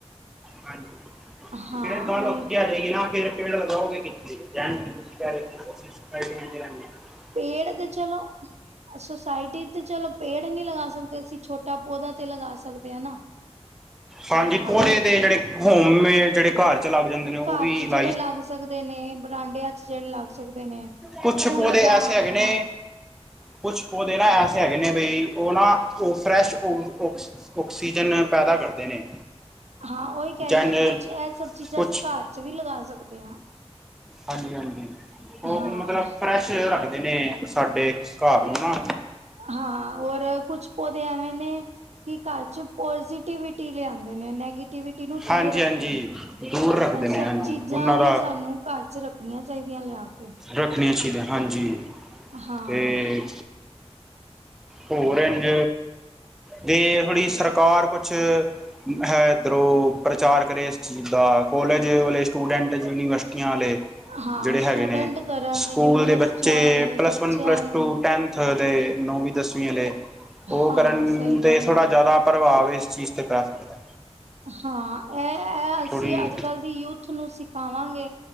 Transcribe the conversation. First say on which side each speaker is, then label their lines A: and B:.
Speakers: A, in the centre; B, on the right (about 80°).
A: ਹਾਂਜੀ
B: ਹਾਂ
A: <unintelligible>
B: ਉਹੀ
A: ਸਹੀ ਏ ਨਾ ਫਿਰ ਪੇੜ ਲਗਾਓਗੇ ਕਿਥੇ <unintelligible>
B: ਪੇੜ ਤੇ ਚਲੋ ਅਹ ਸੁੋਸਾਇਟੀ ਤੇ ਚਲੋ ਪੇੜ ਨੀ ਲਗਾ ਸਕਦੇ ਅਸੀ ਛੋਟਾ ਪੋਦਾ ਤੇ ਲਗਾ ਸਕਦੇ ਹਾਂ ਨਾ
A: ਹਾਂਜੀ ਪੋਦੇ
B: ਆਪਣੇ
A: ਤੇ ਜਿਹੜੇ ਹੋਮ ਮੈਡ ਜਿਹੜੇ ਘਰ ਚ ਲਗ ਜਾਂਦੇ ਨੇ ਉਹ
B: ਘਰ
A: ਵੀ
B: ਚ
A: ਲ
B: ਜਿਹੜੇ ਲੱਗ ਸਕਦੇ ਨੇ ਬਰਾਂਡਿਆਂ ਚ ਜਿਹੜੇ ਲੱਗ ਸਕਦੇ ਨੇ
A: ਕੁੱਛ
B: ਫੁੱਲ
A: ਪੋਦੇ
B: ਦਾ
A: ਐਸੇ ਹੈਗੇ ਨੇ
B: ਹਾਂ
A: ਕੁੱਛ ਪੋਦੇ ਨਾ ਐਸੇ ਹੈਗੇ ਨੇ ਬਈ ਉਹ ਨਾ ਉਹ ਫਰੈਸ਼ ਔ ਔਕਸ ਔਕਸੀਜਨ ਪੈਦਾ ਕਰਦੇ ਨੇ
B: ਹਾਂ ਉਹੀ ਕਹਿ
A: ਜਨ
B: ਰਹੀ ਨਾ ਕੁੱਛ ਇਹ ਸਭ ਚੀਜਾਂ
A: ਕੁਛ
B: ਅਸੀ ਘਰ ਚ ਵੀ ਲਗਾ ਸਕਦੇ ਹਾਂ
A: ਹਾਂਜੀ ਹਾਂਜੀ ਉਹ
B: ਹਾਂ
A: ਮਤਲਬ ਫਰੈਸ਼ <unintelligible> ਰੱਖਦੇ ਨੇ ਸਾਡੇ ਘਰ ਨੂੰ ਨਾ
B: ਹਾਂ ਔਰ ਕੁੱਛ ਪੋਦੇ ਐਂਵੇ ਨੇ ਕਿ ਘਰ 'ਚ ਪੋਜੀਟਿਵਿਟੀ ਲਿਆਂਦੇ ਨੇ ਨੈਗੇ ਨੈਗੇਵੀਟੀ ਨੂੰ ਦੂਰ
A: ਹਾਂਜੀ
B: ਰੱਖੋ
A: ਹਾਂਜੀ ਦੂਰ ਰੱਖਦੇ
B: ਐ
A: ਨੇ
B: ਸਭ
A: ਹਾਂਜੀ
B: ਚੀਜਾ
A: ਉਹਨਾਂ
B: ਵੀ
A: ਦਾ
B: ਸਾਨੂੰ ਘਰ 'ਚ ਰੱਖ ਰੱਖਣੀਆਂ ਚਾਈਦੀਆਂ ਲਿਆ ਕੇ।
A: ਰੱਖਣੀਆਂ ਚਾਈਦੀ ਹਾਂਜੀ
B: ਹਾਂ
A: ਤੇ ਹੋਰ ਇਂਜ ਦੇ ਥੋੜੀ ਸਰਕਾਰ ਕੁਛ ਕੁਛ ਹੈ ਇਧਰੋ ਪ੍ਰਚਾਰ ਕਰੇ ਇਸ ਚੀਜ ਦਾ ਕੋਲੇਜ ਵਾਲੇ ਸਟੂਡੈਂਟ ਯੂਨੀਵਰਸਿਟੀਆਂ ਅਲੇ
B: ਹਾਂ
A: ਜੇੜੇ ਹੈਗੇ
B: ਸਟੂਡੈਂਟ
A: ਨੇ
B: ਕਰਨ
A: ਸਕੂਲ
B: ਯੂਨੀਵਰਸਿਟੀਆਂ
A: ਦੇ ਬੱਚੇ
B: ਵਾਲੇ
A: ਪਲੱਸ
B: ਬੱਚਿਆਂ
A: ਵੰਨ ਪਲੱਸ
B: ਨੂੰ
A: ਟੂ ਟੈਨ ਥਰਡ ਦੇ ਨੋਵੀ ਦਸਵੀ ਅਲੇ ਓ
B: ਹਾਂ
A: ਕਰਨ
B: ਸਹੀ
A: ਤੇ
B: ਗੱਲ
A: ਥੋੜਾ
B: ਹੈ
A: ਜਾਦਾ ਪ੍ਰਭਾਵ ਇਸ ਚੀਜ ਤੇ ਪੈ ਸਕਦਾ।
B: ਹਾਂ ਐ-ਐ ਅਸੀ
A: ਥੋੜ੍ਹੀ
B: ਅੱਜ ਕੱਲ ਦੀ ਯੂਥ ਨੂੰ ਸਿਖਾਵਾਂਗੇ।